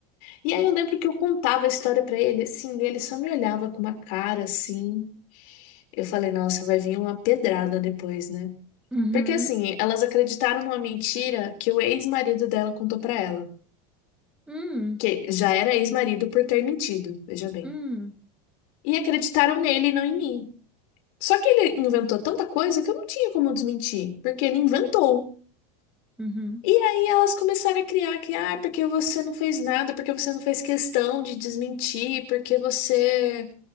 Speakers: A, on the left (about 60°); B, in the centre.
A: E aí eu lembro que eu contava a história pra ele, assim, e ele só me olhava com uma cara assim. Eu falei, nossa, vai vir uma pedrada depois, né?
B: Uhum.
A: Porque assim, elas acreditaram numa mentira que o ex-marido dela contou pra ela,
B: Hum,
A: que já era ex-marido por ter mentido, veja bem.
B: hum,
A: E acreditaram nele e não em mim. Só que ele inventou tanta coisa que eu não tinha como desmentir, porque ele inventou.
B: uhum.
A: E aí elas começaram a criar que, ah, porque você não fez nada, porque você não fez questão de desmentir, porque você